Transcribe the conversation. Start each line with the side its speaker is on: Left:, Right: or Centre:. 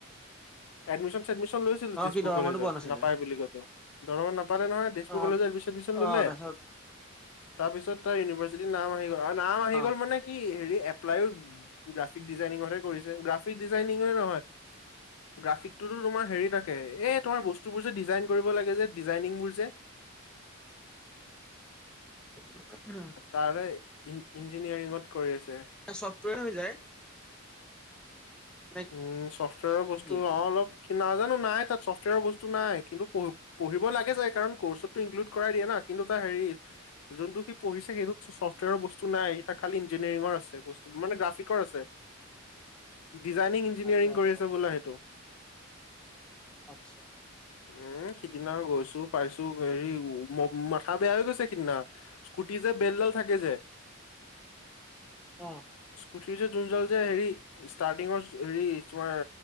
Left: এডমিশ্যন ছেডমিশ্যন লৈছিলো
Centre: অ
Left: তেজপুৰ
Centre: সি দৰঙতো
Left: কলেজত
Centre: পোৱা নাছিলে
Left: নাপাই বুলি কতো। দৰঙত নাপালে নহয় তেজপুৰ
Centre: অ
Left: কলেজত এডমিছন <unintelligible>
Centre: অ
Left: ল'লে।
Centre: তাৰপিছত
Left: তাৰপিছত তাৰ ইউনিভাৰ্চিটিত নাম আহি গ'ল আৰু নাম আহি
Centre: অ
Left: গল মানে কি হেৰি এপ্লাইও গ্ৰাফিক ডিজাইনিঙৰ হে কৰিছে গ্ৰাফিক ডিজাইনিঙৰে নহয় গ্ৰাফিকটোতো তোমাৰ হেৰি থাকোঁ এ তোমাৰ বস্তুবোৰ যে ডিজাইন কৰিব লাগে যে ডিজাইনিংবোৰ যে
Centre: <unintelligible>
Left: তাৰে, ইন-ইঞ্জিনিয়াৰিঙত কৰি আছে।
Centre: এ চফ্টৱেৰে হৈ যায়। নে
Left: উম, চফ্টৱেৰ বস্তু
Centre: কি
Left: অ-অলপ কি নাজানো নাই তাত ছফ্টৱেৰ বস্তু নাই, কিন্তু পঢ় পঢ়িব লাগে যায় কাৰণ কৰ্চতটো ইনক্লুড কৰাই দিয়া না কিন্তু তাৰ হেৰি, যোনটো সি পঢ়িছে সেইটোত চফ্টৱেৰৰ বস্তু নাই এটা খালি ইঞ্জিনিয়াৰিঙৰ আছে বস্তু, মানে গ্ৰাফিকৰ আছে। ডিজাইনিং ইঞ্জিনিয়াৰিং
Centre: আচ্ছা আচ্ছা
Left: কৰি আছে বোলে সেইটো।
Centre: আচ্ছা।
Left: উম, সিদিনা গৈছো পাইছো হেৰি, মাথা বেয়া হৈ গৈছে সিদিনা। স্কুটিৰ যে বেলডাল থাকে যে
Centre: অ',
Left: স্কুটি যে যোন <unintelligible> যে হেৰি ষ্টাৰ্টিঙৰ হেৰি তোমাৰ,